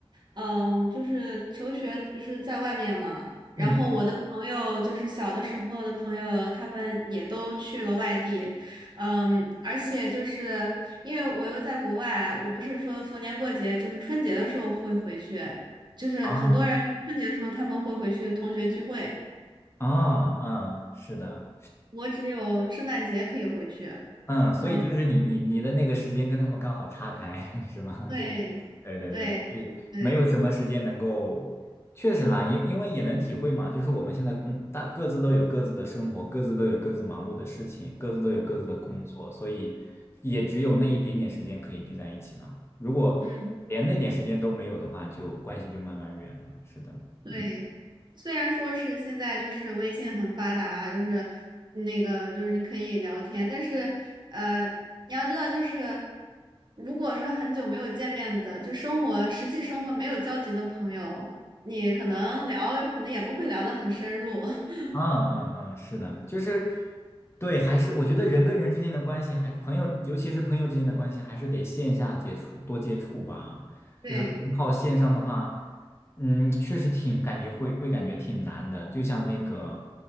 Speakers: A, on the right; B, on the left.
A: 嗯，就是求学就是在外面嘛，然后我的朋友就是小的时候的朋友，
B: 嗯，
A: 他们也都去了外地，嗯，而且就是因为我又在国外，我不是说逢年过节，就是春节的时候会回去，就是很多人春节的时候他们会回去同学聚会，
B: 啊啊，嗯，是的，
A: 我只有圣诞节可以回去。
B: 嗯，所以就是你你你的那个时间跟他们刚好岔开，
A: 嗯，
B: <laughs> 是吗？
A: 对，
B: 就是，对对对，
A: 对，
B: 就以没有什么时间能够，
A: 对。
B: 确实啦，因因为也能体会嘛，就是我们现在工大各自都有各自的生活，各自都有各自忙碌的事情，各自都有各自的工作，所以也只有那一点点时间可以聚在一起了。如果连那点时间都没有的话，
A: 嗯。
B: 就关系就慢慢远了。是的，
A: 对，
B: 嗯
A: 虽然说是现在就是微信很发达啊，就是那个就是你可以聊天，但是呃，你要知道就是，如果说很久没有见面的，就生活实际生活没有交集的朋友，你可能聊，可能也不会聊得很深入。<laughs>
B: 嗯嗯嗯，是的，就是对，还是我觉得人跟人之间的关系还，朋友，尤其是朋友之间的关系，还是得线下接触多接触吧。
A: 对，
B: 就是光靠线上的话，嗯，确实挺感觉会会感觉挺难的。就像那个，